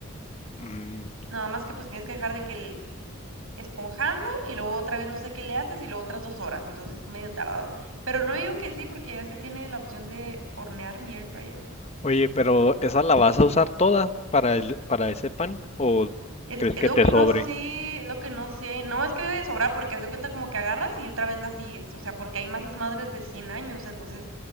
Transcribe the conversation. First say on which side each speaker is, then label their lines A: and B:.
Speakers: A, on the left (about 30°); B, on the right (about 75°).
A: Mm,
B: Nada más que pues tienes que dejar de que el esponjando y luego otra vez no sé qué le haces y luego otras dos horas. Entonces es medio tardado. Pero no digo que sí porque ya es que tiene la opción de hornear mi air fryer.
A: Oye, pero ¿esa la vas a usar toda para el, para ese pan? ¿O
B: Es,
A: crees
B: es
A: que
B: lo
A: te
B: que
A: sobre?
B: no sé, es lo que no sé. No, es que debe de sobrar porque haz de cuenta como que agarras y otra vez la sigues. O sea, porque hay masas madres de 100 años, entonces,